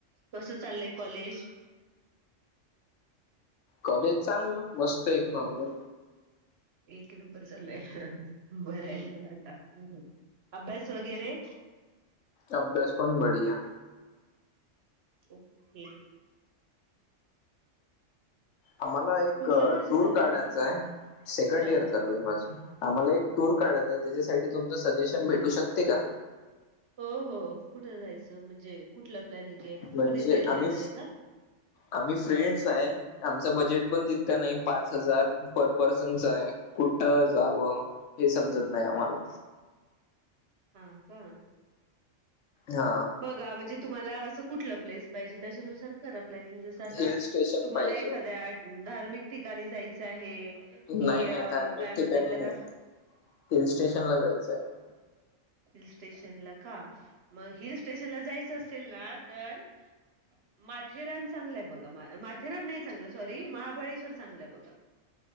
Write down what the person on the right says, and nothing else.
कस चाल्लय कॉलेज?
एक नंबर चालूय बराय मग आता. अभ्यास वगैरे?
ओ के
कुठल्या वर्षी
चालू
आहे आता
हा
हा
ओके
ओके
हो हो कुठं जायचं? म्हणजे कुठलं प्लॅनिंगे?
पुणे साईड ला
येणारे का?
हां का
गा म्हणजे तुम्हाला असं कुठल प्लेस पाहिजे त्याच्यानुसार करा प्लॅनिंग जस आता
तुम्हाला
एखाद्या धार्मिक ठिकाणी जायचं आहे,
कि
अ
काय म्हणतात
त्याला
हां
हिलस्टेशनला का म हिलस्टेशनला जायचं असेल ना तर, माथेरान चांगलंय बघा माथेरान नाही चांगलं सॉरी, महाबळेश्वर चांगलंय बघा.